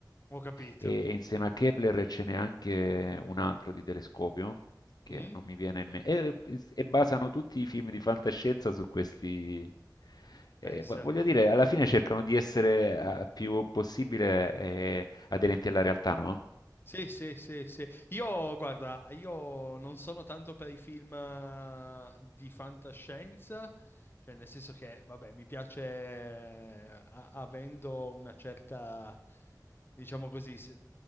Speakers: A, on the left (about 30°); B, on the left (about 60°).
A: Ho capito.
B: E, e insieme a Kepler ce n'è anche un altro di telescopio che
A: Mm?
B: non mi viene in mente. E, e basano tutti i film di fantascienza su questi. eh,
A: Pensa.
B: vo- voglio dire, alla fine cercano di essere eh, più possibile eh, aderenti alla realtà, no?
A: Sì, sì, sì, sì. Io, guarda, io non sono tanto per i film eh, di fantascienza, cioè nel senso che, vabbè, mi piace eh, a- avendo una certa, diciamo così, se-